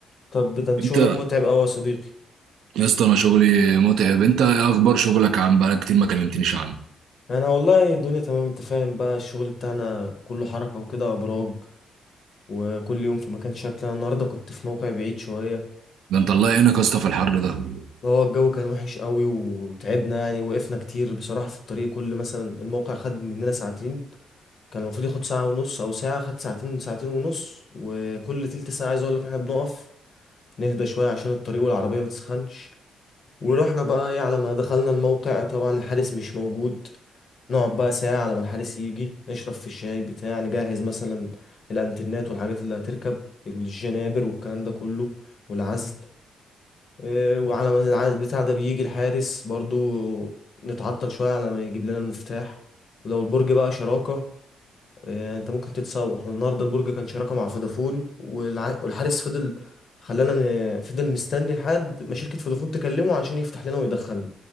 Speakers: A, on the left; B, on the right.
A: طب ده انت
B: انت
A: شغلك متعب قوي يا صديقي
B: يا اسطى انا شغلي متعب انت ايه اخبار شغلك عن بقالك كتير ما كلمتنيش عنه
A: انا والله الدنيا تمام انت فاهم بقى الشغل بتاعنا كله حركة وكده ابراج وكل يوم في مكان شكل انا النهارده كنت في موقع بعيد شوية
B: ده انت الله يعينك يا اسطى في الحر ده ده
A: هو الجو كان وحش قوي وتعبنا يعني وقفنا كتير بصراحة في الطريق كل مثلا الموقع خد مننا ساعتين كان المفروض ياخد ساعة ونص او ساعة خد ساعتين ساعتين ونص وكل تلت ساعة عايز اقول لك احنا بنقف نهدى شوية عشان الطريق والعربية متسخنش ورحنا بقى ايه على ما دخلنا الموقع طبعا الحارس مش موجود نقعد بقى ساعة على ما الحارس يجي نشرب في الشاي بتاع نجهز مثلا الانترنت والحاجات اللي هتركب الجنابر والكلام ده كله والعزل إيه، وعلى ما العزل بتاع ده بيجي الحارس برضو نتعطل شوية على ما يجيب لنا المفتاح ولو البرج بقى شراكة آه، انت ممكن تتسوح والنهارده البرج كان شراكه مع فودافون والع... والحارس فضل خلانا ن- فضل مستني لحد ما شركه فودافون تكلمه عشان يفتح لنا ويدخلنا